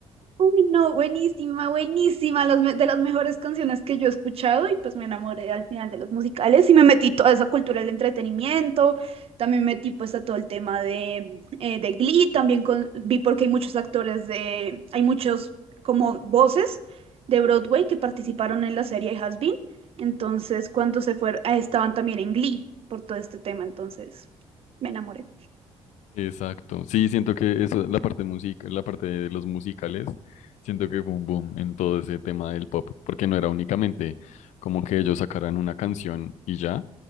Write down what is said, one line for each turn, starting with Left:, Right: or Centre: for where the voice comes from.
Right: Uy, no, buenísima, buenísima, los me- de las mejores canciones que yo he escuchado y pues me enamoré al final de los musicales y me metí toda esa cultura del entretenimiento, también metí pues a todo el tema de, eh, de Glee, también con- vi porque hay muchos actores de, hay muchos como voces de Broadway que participaron en la serie Has Been, entonces cuando se fueron, ah, estaban también en Glee por todo este tema, entonces me enamoré.
Left: Exacto. Sí, siento que eso, la parte música, la parte de los musicales, siento que fue un boom en todo ese tema del pop, porque no era únicamente como que ellos sacaran una canción y ya,